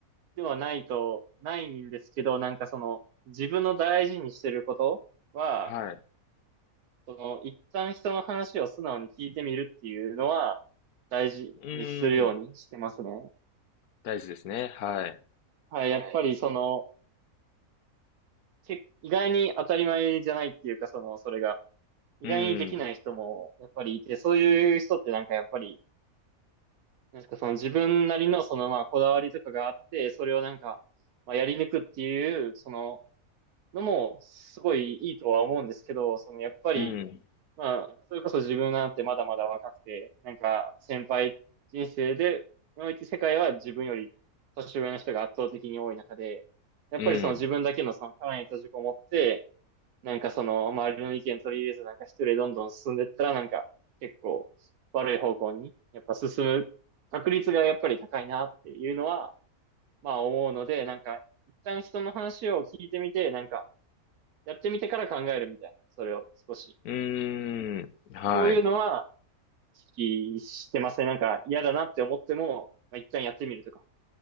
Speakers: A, on the right; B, on the left.
A: ではないと、ないんですけど、なんかその、自分の大事にしてることは、
B: はい。
A: その、一旦人の話を素直に聞いてみるっていうのは、大事にするようにしてますね。
B: うーん。大事ですね。はい。
A: はい、やっぱりその、け意外に当たり前じゃないっていうか、その、それが、意外にできない人も、
B: うん。
A: やっぱりいて、そういう人ってなんかやっぱり、なんかその自分なりのそのまあこだわりとかがあって、それをなんか、まあやり抜くっていう、その、のも、すごいいいとは思うんですけど、そのやっぱり、
B: うん。
A: まあ、それこそ自分なんてまだまだ若くて、なんか先輩人生で、において世界は自分より年上の人が圧倒的に多い中で、やっぱりその自分だけのその殻に閉じこもって、
B: うん。
A: なんかその周りの意見取り入れずなんか一人でどんどん進んでったらなんか結構悪い方向にやっぱ進む確率がやっぱり高いなっていうのはまあ思うので、なんか一旦人の話を聞いてみて、なんかやってみてから考えるみたいな、それを少し。
B: うーん。はい。
A: そういうのは
B: う
A: 意識してますね。なんか嫌だなって思っても、まあ、一旦やってみるとか。